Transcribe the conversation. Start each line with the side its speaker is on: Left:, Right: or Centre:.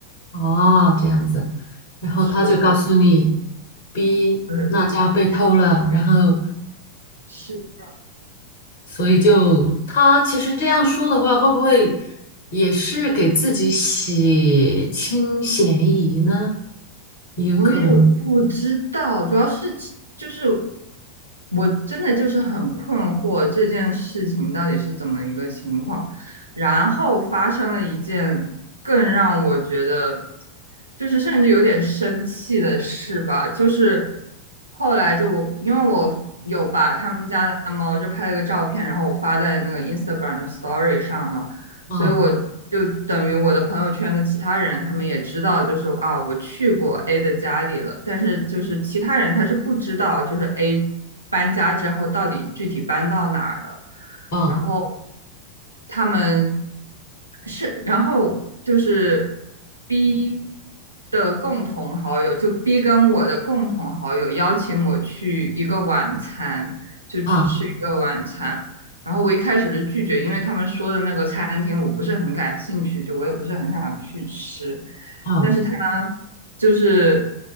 Left: 哦，这样子，然后他就告诉你
Right: 是，
Left: ，B
Right: 嗯，
Left: 那家被偷了，然后
Right: 是
Left: 所以就他其实这样说的话，会不会也是给自己洗清嫌疑呢？也有可能
Right: 我也不知道，主要是其就是我真的就是很困惑这件事情到底是怎么一个情况，然后发生了一件更让我觉得就是甚至有点生气的事吧，就是后来就我因为我有把他们家的猫就拍了个照片，然后我发在那个 Instagram 的 Story 上嘛。
Left: 嗯
Right: 所以我就等于我的朋友圈的其他人，他们也知道，就是啊，我去过 A 的家里了，但是就是其他人他是不知道，就是 A 搬家之后到底具体搬到哪儿的，
Left: 嗯
Right: 然后他们是，然后就是 B 的共同好友，就 B 跟我的共同好友邀请我去一个晚餐，就去吃一个晚餐。
Left: 嗯
Right: 然后我一开始是拒绝，因为他们说的那个餐厅我不是很感兴趣，就我也不是很想去吃。
Left: 嗯
Right: 但是他就是